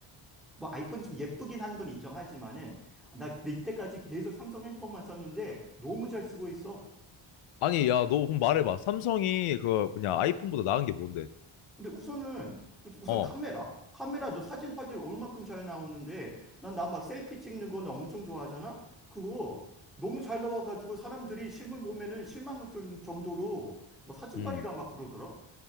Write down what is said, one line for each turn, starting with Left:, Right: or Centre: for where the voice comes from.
Centre: 뭐 아이폰이 좀 예쁘긴 한 건 인정하지만은 나 이때까지 계속 삼성 핸드폰만 썼는데 너무 잘 쓰고 있어.
Left: 아니, 야, 너 그럼 말해봐. 삼성이 그 뭐냐, 아이폰보다 나은 게 뭔데?
Centre: 근데 우선은 우선
Left: 어.
Centre: 카메라 카메라도 사진 화질 올만큼 잘 나오는데 난 나 막 셀피 찍는 거 나 엄청 좋아하잖아 그거 너무 잘 나와가지고 사람들이 실물 보면은 실망할 좀- 정도로 뭐 사진빨이라
Left: 음.
Centre: 막 그러더라